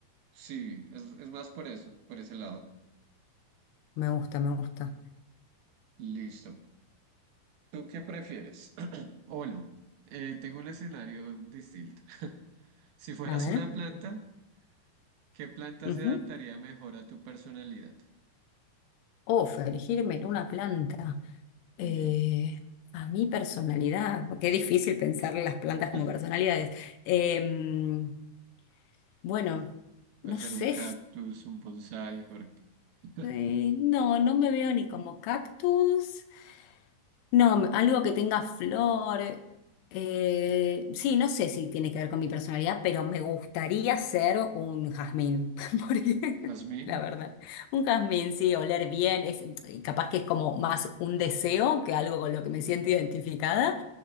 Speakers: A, on the right (about 75°); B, on the left (about 85°).
A: Sí, es, es más por eso, por ese lado.
B: Me gusta, me gusta.
A: Listo. ¿Tú qué prefieres? <clears throat> O bueno, eh, tengo un escenario distinto. <laughs> Si fueras
B: A ver.
A: una planta, ¿qué planta
B: ujú.
A: se adaptaría mejor a tu personalidad?
B: Uf, elegirme en una planta. Eh,
A: Y
B: a mi personalidad. Oh, Qué difícil pensar las plantas
A: <laughs>
B: como personalidades. Em, bueno.
A: puede
B: No
A: ser
B: sé,
A: un cactus, un bonsái, or- <laughs>
B: Eh, no, no me veo ni como cactus. No, me- algo que tenga flor. Eh, sí, no sé si tiene que ver con mi personalidad, pero me gustaría ser un jazmín, <laughs> por ej-
A: jazmín.
B: la verdad. Un jazmín, sí, oler bien. Es, eh, capaz que es como más un deseo que algo con lo que me siento identificada.